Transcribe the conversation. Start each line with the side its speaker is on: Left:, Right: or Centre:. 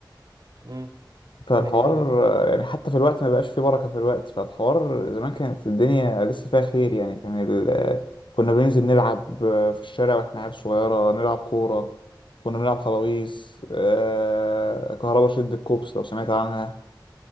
Right: امم
Left: فالحوار
Right: دي حقيقة فعلا
Left: آه، يعني حتى في الوقت ما بقاش فيه بركة في الوقت فالحوار زمان كانت الدنيا لسه فيها خير يعني كان ال- آه، كنا بننزل نلعب آه، في الشارع واحنا عيال صغيرة نلعب كورة كنا بنلعب خلاويص آه، كهربا شد الكوبس لو سمعت عنها